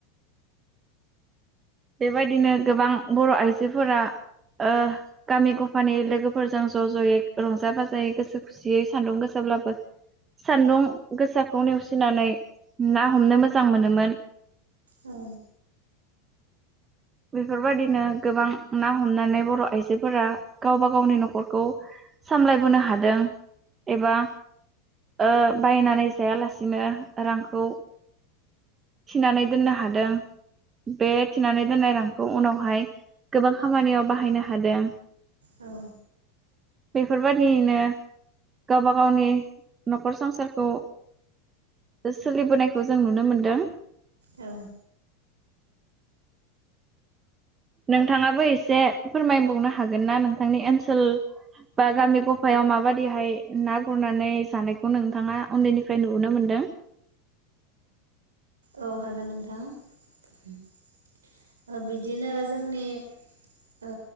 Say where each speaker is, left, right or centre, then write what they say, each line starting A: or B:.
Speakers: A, on the right; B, on the right.
A: बेबायदिनो गोबां बर आइजोफोरा ओ गामि गफानि लोगोफोरजों ज जयै रंजा बाजायै गोसो खुसियै सान्दुं गोसाब्लाबो सान्दुं गोसाखौ नेवसिनानै ना हमनो मोजां मोनोमोन।
B: औ
A: बेफोरबायादिनो गोबां ना हमनानै बर आइजोफोरा गावबा गावनि नखरखौ सामलायबोनो हादों। एबा ओ बायनानै जायालासिनो रांखौ थिनानै दोननो हादों। बे थिनानै दोननाय रां खौ उनावहाय गोबां खामानियाव बाहायनो हादों।
B: औ
A: बेफोरबायदियैनो गावबा गावनि नखर संसारखौ सोलिबोनायखौ जों नुनो मोनदों।
B: औ
A: नोंथाङाबो एसे फोरमायबावनो हागोन ना नोंथांनि ओन्सोल बा गामि गफायाव माबादिहाय ना गुरनानै जानायखौ नोंथाङा उन्दैनिफ्राय नुबोनो मोनदों?
B: औ हागोन नोंथां। <inaudible> ओ बिदिनो जोंनि ओ